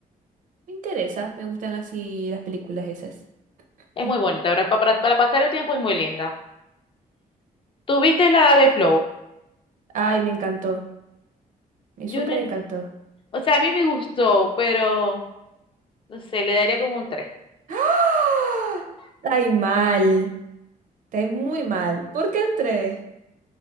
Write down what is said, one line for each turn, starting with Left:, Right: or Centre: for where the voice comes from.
Right: Me interesa, me gustan así las películas esas. <clears throat>
Left: es muy bonita, para, para, para pasar el tiempo es muy linda. ¿Tuviste la de Flow?
Right: Ay, me encantó, me
Left: Yo
Right: súper
Left: no, en-
Right: encantó.
Left: O sea, a mí me gustó, pero no sé, le daría como un tres
Right: ¡Ah! Está ahí mal, está ahí muy mal. ¿Por qué entré?